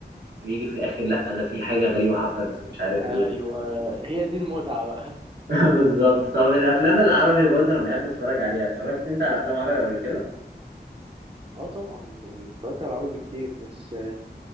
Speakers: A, on the right; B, on the right.
A: بيجي في الاخر لا ده في حاجه غريبه حصلت ومش عارف
B: ايوه
A: ايه
B: هي دي المتعه بقى
A: <laughs> بالظبط طب
B: <laughs>
A: الافلام
B: أو...
A: العربي برضو انا بحب اتفرج عليها اتفرجت انت على افلام عربي قبل كده
B: اه طبعا اتفرجت على العربي كتير بس